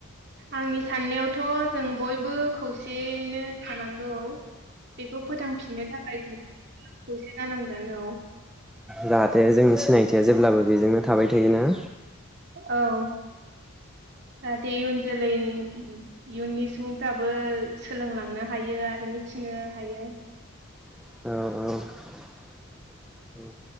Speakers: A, on the right; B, in the centre.
A: आंनि साननायावथ' जों बयबो खौसेयनो थानांगौ। बेखौ फोथांफिननो थाखाय जों खौसे जानांगौ। औ
B: जाहाथे जोंनि सिनायथिया जेब्लाबो बेजोंनो थाबाय थायोना।
A: औ जाहाथे इयुन जोलैनि इयुननि सुबुंफ्राबो सोलोंलांनो हायो आरो मिथिनो हायो।
B: औ औ उम